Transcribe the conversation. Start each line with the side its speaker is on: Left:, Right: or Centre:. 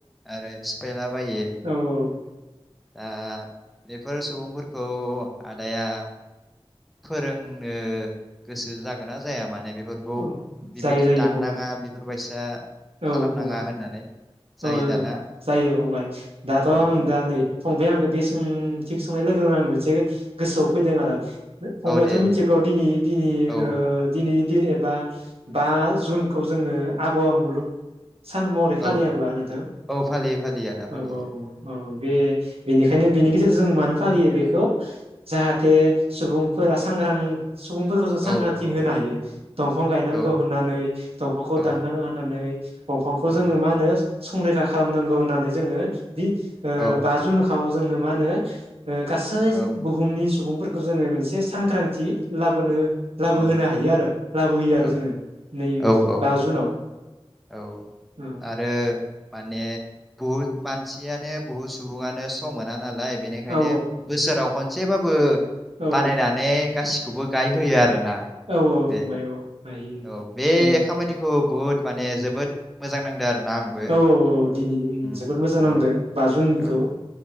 Centre: आरो। <inaudible> बायो
Right: औ
Centre: दा बेफोर सुबुंफोरखौ आदाया फोरोंनो गोसो जागोना जाया माने बे बेफोरखौ
Right: औ
Centre: बिबायदि
Right: जायो जायो
Centre: दाननाङा
Right: फंबाय
Centre: बेफोरबाय <inaudible>
Right: औ
Centre: खालामनाङा
Right: फंबाय
Centre: होननानै जायो
Right: औ
Centre: दाना
Right: जायो फंबाय दाथ' आं
Centre: औ
Right: दा नै फंबाया आंखौ बे सोंथिखौ सोंनाय लोगो लोगोन आं मोनसे गोसोआव फैदों आरो। फंबाथ'
Centre: औ दे
Right: मिथिगौ
Centre: दे
Right: दिनै दिनै
Centre: औ
Right: ओ दिनै दिन एबा बा जुनखौ जोङो आबहावा मुलुग सान महरै
Centre: औ
Right: फालिया होमबा? नोंथां
Centre: औ फालियो फालियो आदा
Right: औ
Centre: फालियो।
Right: औ औ औ बे बेनिखायनो बेनि गेजेरजों जों मानो फालियो बेखौ जाहाथे सुबुंफोरा सांग्रां सुबुंफोरखौ जों
Centre: औ
Right: सांग्रांथि
Centre: औ
Right: होनो हायो दंफां गायनांगौ
Centre: औ
Right: होननानै दंफांखौ
Centre: औ
Right: दाननांङा होननानै दंफांखौ
Centre: औ
Right: जोङो मा होनो। संरैखा खालामनांगौ होननानै जोङो बिदि ओ
Centre: औ
Right: बा जुन जोङो मा होनो गासै
Centre: औ
Right: बुहुमनि सुबुंफोरखौ जोङो मोनसे सांग्रांथि लाबोनो लाबोहोनो
Centre: औ औ
Right: हायो आरो लाबोहोयो
Centre: औ
Right: आरो जोङो नै
Centre: औ औ
Right: बा जुनाव
Centre: औ
Right: औ
Centre: आरो <inaudible> माने बहुत मानसियानो बुहुद सुबुङानो सम मोना नालाय। बेनिखायनो
Right: औ
Centre: बोसोराव खनसेबाबो
Right: औ
Centre: बानायनानै गास खौबो गायहोयो आरो। ना
Right: औ
Centre: बे
Right: फंबाय औ हायो
Centre: औ बे
Right: उम
Centre: खामानिखौ बुहुद माने जोबोद मोजां नांदों आरोना आंबो
Right: औ औ औ दिनै
Centre: उम
Right: जोबोद मोजां नांदों
Centre: औ
Right: बा जुननिखौ
Centre: औ